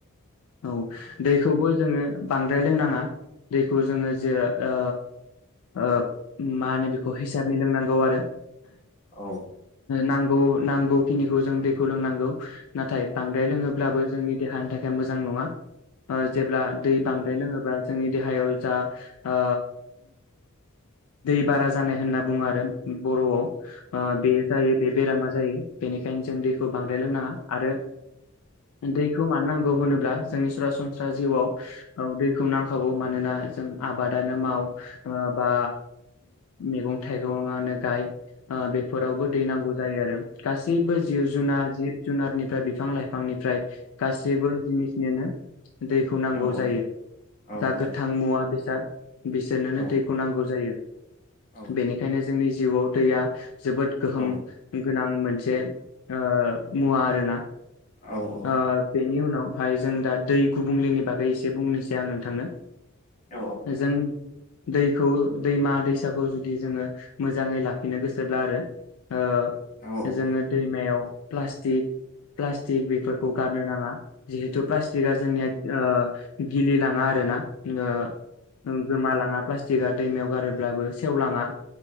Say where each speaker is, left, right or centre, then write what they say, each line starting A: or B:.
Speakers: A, on the left (about 65°); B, on the left (about 35°).
A: औ दैखौबो जोङो बांद्राय लोंनाङा दै खौ जोङो जे ओ ओ माहोनो बियो हिस <unintelligible> लोंनांगौ आरो
B: औ
A: नांगौ नांगौखिनिखौ जों दैखौ लोंनांगौ। नाथाय बांद्राय लोङोब्लाबो जोंनि देहानि थाखाय मोजां नङा। ओ जेब्ला दै बांद्राय लोङोबा जोंनि देहायाव जा आ दै बारा जानाय होनना बुङो आरो। बर'आव आ बे जायो बे बेरामा जायो। बेनिखायनो जों दैखौ बांद्राय लोंनाङा। आरो दै खौ मान नांगौ होनोब्ला जोंनि सरा सरासनस्रा जिउआव औ दैखौ नांखागौ मानोना जों आबादानो माव ओ बा मैगं थाइगङानो गाय ओ बेफोरावबो दैेनांगौ जायो आरो। गासैबो जिब जुनार जिब जुनारनिफ्राय बिफां लाइफांनि फ्राय गासैबो जिनिसनिनो दैखौ नांगौ
B: औ
A: जायो।
B: औ औ
A: जा
B: औ
A: गोथां मुवा बेसाद बिसोरनोनो
B: औ
A: दैखौ नांगौ जायो।
B: औ
A: बेनिखायनो जोंनि जिउआव दैया जोबोद गोहोम
B: औ
A: गोनां मोनसे ओ मुवा आरोना
B: औ औ
A: ओ बेनि उनाव ओमफाय जों दा दै गुबुंलेनि बा एसे बुंनोसै आं नोंथांनो
B: औ
A: जों दै खौ दैमा दैसाखौ जुदि जोङो मोजाङै लाखिनो गोसोब्ला आरो ओ
B: औ
A: जोङो दैमायाव प्लास्टिक प्लास्टिक बेफोरखौ गारनो नाङा। जिहेतु प्लास्टिकआ जोंनिया ओ गिलिलाङा आरो ना ओ गोमा लाङा। प्लास्टिकआ दैमायाव गारोब्लाबो सेवलाङा